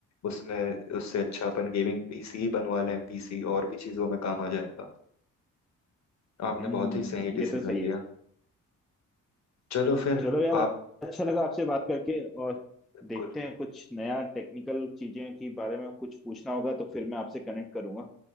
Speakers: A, on the left; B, in the centre.
A: उसमें उससे अच्छा अपन गेमिंग पीसी ही बनवा लें पीसी और भी चीज़ों में काम आ जाएगा आपने
B: हम्म
A: बहुत ही सही डिसीजन
B: ये तो सही
A: लिया
B: है
A: चलो फिर
B: चलो यार अच्छा
A: आप
B: लगा आपसे बात करके और
A: बिल्कुल
B: देखते हैं कुछ नया टेक्निकल चीजें के बारे में कुछ पूछना होगा तो फिर मैं आपसे कनेक्ट करूंगा